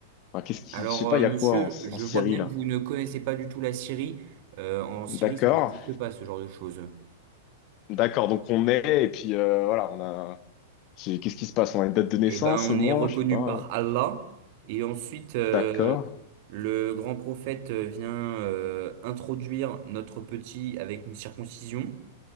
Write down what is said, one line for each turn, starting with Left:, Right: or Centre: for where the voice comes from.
Left: Enfin, qu'est-ce qui...
Right: Alors
Left: Je sais
Right: euh,
Left: pas, il
Right: monsieur,
Left: y a quoi en, en
Right: je
Left: Syrie,
Right: vois bien
Left: là?
Right: que vous ne connaissez pas du tout la Syrie. Euh, en Syrie,
Left: D'accord,
Right: ça n'existe pas ce genre de choses.
Left: d'accord. Donc on est et puis euh, voilà, on a... c'est- Qu'est-ce qui se passe? On a une date de naissance
Right: Eh ben, on
Left: au moins,
Right: est reconnu
Left: je sais pas.
Right: par Allah. Et ensuite, euh,
Left: D'accord,
Right: Le grand prophète euh, vient euh, introduire notre petit avec une circoncision,